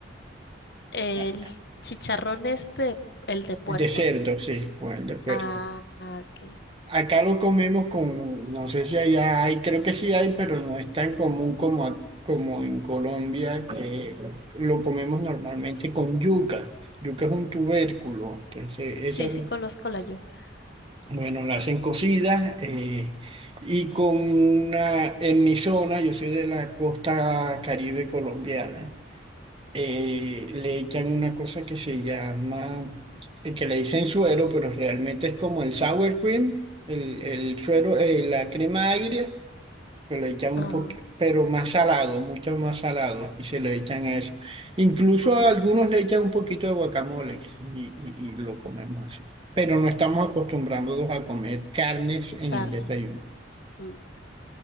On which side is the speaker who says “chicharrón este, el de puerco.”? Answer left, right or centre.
Left